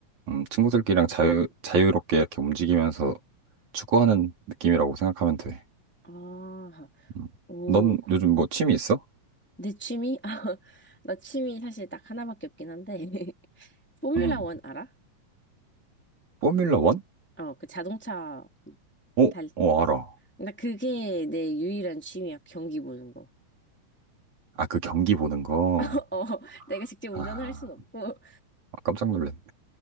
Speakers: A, on the right (about 60°); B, in the centre.
A: 음, 친구들끼리랑 자유 자유롭게 이렇게 움직이면서 축구하는 느낌이라고 생각하면 돼.
B: 아,
A: 음.
B: 오,
A: 넌
B: 그,
A: 요즘 뭐 취미 있어?
B: 내 취미? <laughs> 아, 나 취미 사실 딱 하나밖에 없긴 한데. <laughs> 포뮬라
A: 음.
B: 원 알아?
A: 포뮬러 원?
B: 어, 그 자동차
A: 어,
B: 달.
A: 어, 알아.
B: 나 그게 내 유일한 취미야. 경기 보는 거.
A: 아, 그 경기 보는 거.
B: <laughs> 어, 내가 직접
A: 아,
B: 운전을 할 순 없고,
A: 아, 깜짝 놀랐네.